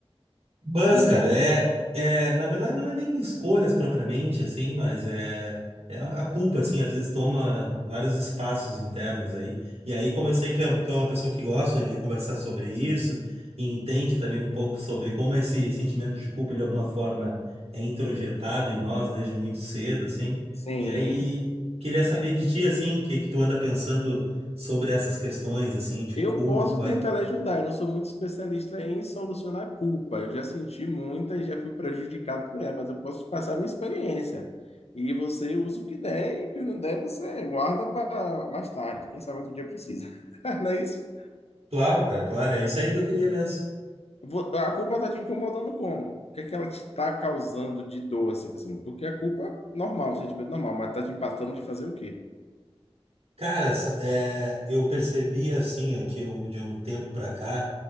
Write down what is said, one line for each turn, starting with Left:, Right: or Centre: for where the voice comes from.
Right: Mas,
Left: Entendo.
Right: cara, é, é, na verdade não é nem escolhas propriamente, assim, mas é, é a culpa, assim, às vezes toma vários espaços internos aí. E aí, como eu sei que é- um, tu é uma pessoa que gosta de conversar sobre isso e entende também um pouco sobre como esse sentimento de culpa, de alguma forma, é introjetado em nós desde muito cedo, assim.
Left: Sim.
Right: E aí, queria saber de ti, assim, o que que tu anda pensando sobre essas questões, assim, de
Left: Eu
Right: culpa.
Left: posso tentar lhe ajudar. Eu não sou muito especialista em solucionar a culpa. Eu já senti muita e já fui prejudicado por ela, mas eu posso te passar a minha experiência. E você usa o que der e o que não der você guarda para mais tarde. Quem sabe outro dia precisa. <laughs> Não é isso?
Right: Claro, cara, claro, é isso aí que eu queria mesmo.
Left: Vo- A culpa está te incomodando como? O que é que ela te está causando de dor, assim, assim? Porque a culpa é normal, um sentimento é normal, mas está te empatando de fazer o quê?
Right: Cara, essa- é, eu percebi assim, ó, que um- de um tempo pra cá,